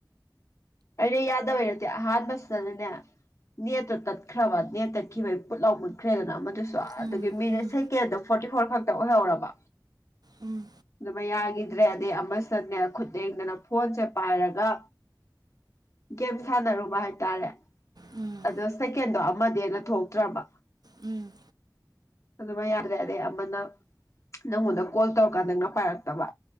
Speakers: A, on the left; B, on the right.
A: ꯑꯩꯗꯤ ꯌꯥꯗꯕꯩ ꯅꯠꯇꯦ ꯑꯍꯥꯟꯕꯁꯤꯗꯅꯅꯦ ꯅꯦꯠꯇꯨ ꯇꯠꯈ꯭ꯔꯕ ꯅꯦꯠ ꯇꯠꯈꯤꯕꯒꯤ ꯄꯨꯠꯂꯥꯎꯅ ꯃꯨꯠꯈ꯭ꯔꯦꯗꯅ ꯑꯃꯗꯨ
B: ꯎꯝ
A: <inaudible> ꯃꯤꯅꯠ
B: ꯎꯝ
A: ꯁꯦꯀꯦꯟꯗ ꯐꯣꯔꯇꯤ ꯐꯣꯔ ꯈꯛꯇ ꯑꯣꯏꯍꯧꯔꯕ
B: ꯎꯝ
A: ꯑꯗꯨꯃꯥ ꯌꯥꯈꯤꯗ꯭ꯔꯦ ꯑꯗꯩ ꯑꯃꯁꯤꯅꯦ ꯈꯨꯠ ꯂꯦꯡꯗꯅ ꯐꯣꯟꯁꯦ ꯄꯥꯏꯔꯒ ꯒꯦꯝ ꯁꯥꯟꯅꯔꯨꯕ ꯍꯥꯏꯇꯥꯔꯦ
B: ꯎꯝ
A: ꯑꯗꯣ ꯁꯦꯀꯦꯟꯗꯣ ꯑꯃꯗꯤ ꯑꯗ ꯊꯣꯛꯇ꯭ꯔꯕ
B: ꯎꯝ
A: ꯑꯗꯨꯃ ꯌꯥꯔ꯭ꯔꯗꯦ ꯑꯃꯅ ꯅꯪꯉꯣꯟꯗ ꯀꯣꯜ ꯇꯧꯔꯀꯥꯟ ꯅꯪꯅ ꯄꯥꯏꯔꯛꯇꯕ